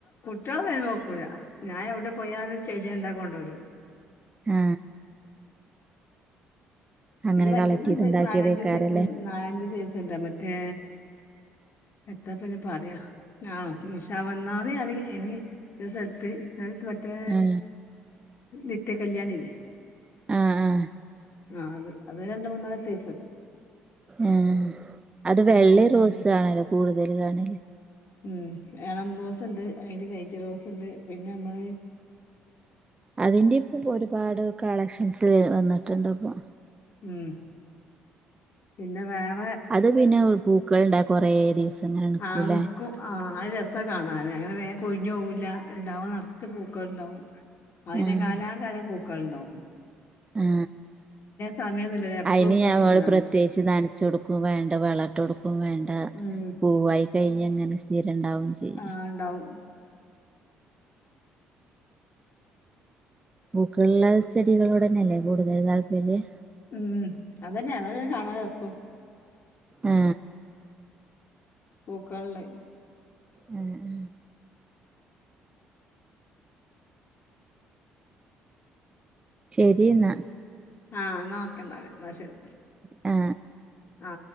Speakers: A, on the left; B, on the right.
A: കുട്ടാളൊന്നും അയിന് നോക്കൂല ഞാൻ എയുടെ പോയാലും ചെടി കണ്ടാ കൊണ്ടോരും
B: ആ അങ്ങനെ
A: അയിൽ വറ്റുന്നുണ്ട്
B: കളക്ട് ചെയ്ത് ഉണ്ടാക്കിയതേക്കാരല്ലേ
A: നാലഞ്ച് സെ നാലഞ്ച് സൈസ് ഇണ്ട് മറ്റേ എത്താപ്പയിന് പറാ ആ ഉം ശവംന്നാ റി പറിം ആയിന് ഒര് സൽത്ത് അയ് ഇത് മറ്റേ
B: ആ
A: നിത്യ കല്യാണി ഇല്ലേ
B: ആ ആ
A: ആ അത് അത് രണ്ട് മൂന്നാൽ സെയ്സ് ഇണ്ട്
B: ആ അത് വെള്ളിം
A: റോസ്ണ്ട്
B: റോസും ആണല്ലോ കൂടുതൽ കാണൽ
A: ഉം ഏളം റോസ് ഇണ്ട് അയിന്റെ ലൈറ്റ് റോസ് ഇണ്ട് പിന്നെ നമ്മൾ
B: അതിന്റെ ഇപ്പ ഒരുപാട് കളക്ഷൻസ് വന്ന്ട്ട് ഇണ്ട് ഇപ്പൊ
A: ഉം പിന്നെ വേം
B: അത് പിന്നെ ഹ് പൂക്കൾ ഇണ്ടാക്കു കൊറെ ദിവസം ഇങ്ങനെ നിക്കൂല്ലേ
A: ആ നിക്കും ആ ആഹ് രസാ കാണാന് അങ്ങനെ വേമ് കൊഴിഞ്ഞ് പോവുല്ലാ ഇണ്ടാകുമ്പോ നെർച്ച് പൂക്കൾ ഇണ്ടാവും അയ് പിന്നെ
B: ആഹ്
A: കാലാകാലം പൂക്കൾ ഇണ്ടാവും
B: ആ
A: സമയൊന്നുല്ലല്ലോ എപ്പളും
B: അയിന്
A: പൂവിരിഞ്ഞതാണ്.
B: ഞമ്മൾ പ്രത്യേകിച്ച് നനച്ച് കൊട്ക്കും വേണ്ട വളം ഇട്ട് കൊട് ഇപ്പ വേണ്ട
A: ഉം
B: പൂവായി കഴിഞ്ഞങ്ങനെ സ രണ്ടാവും ചെയ്യ
A: ആഹ് ഇണ്ടാവും
B: പൂക്കൾ ഇള്ള ചെടികളോടെന്നെ അല്ലേ കൂടുതൽ താല്പര്യം
A: ഉം അതന്നെ അതല്ലെ കാണാൻ രസും
B: ആ
A: പൂക്കൾ ഇള്ളെയ്
B: അ അ ശരി ഇന്നാ
A: ആ ന്നാ ഓക്കെ ഇന്നാൽ ന്നാ ശരി
B: ആ അ
A: ആ